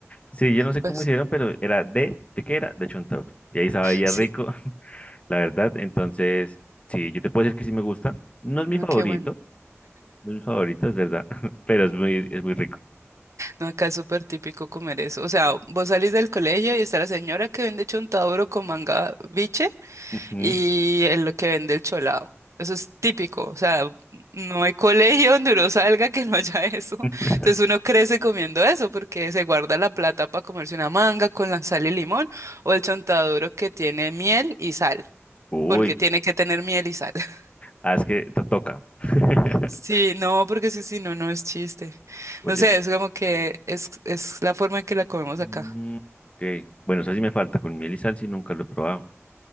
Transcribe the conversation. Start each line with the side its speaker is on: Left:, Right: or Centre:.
Left: Sí, yo no sé
Right: Pues
Left: cómo hicieron, pero era de, ¿de qué era? De chontaduro. Y ahí sabía
Right: sí,
Left: rico. la verdad. Entonces, sí, yo te puedo decir que sí me gusta. No es
Right: no,
Left: mi favorito,
Right: qué bueno.
Left: no es mi favorito, es verdad, <laughs> pero es muy, es muy rico.
Right: No, acá es súper típico comer eso. O sea, vos salís del colegio y está la señora que vende chontaduro con manga biche
Left: Ujú.
Right: y el que vende el cholado. Eso es típico, o sea, no hay colegio donde uno salga que no haya <laughs> eso.
Left: <laughs>
Right: Entonces uno crece comiendo eso porque se guarda la plata para comerse una manga con la sal y limón o el chontaduro que tiene miel y sal,
Left: Uy,
Right: porque tiene que tener miel y sal. <laughs>
Left: ah, es que te toca. <laughs>
Right: Sí, no, porque sí, sí, no, no es chiste.
Left: Oye,
Right: No sé, es como que es, es la forma en que la comemos
Left: mm,
Right: acá.
Left: ok. Bueno, eso sí me falta, con miel y sal sí nunca lo he probado.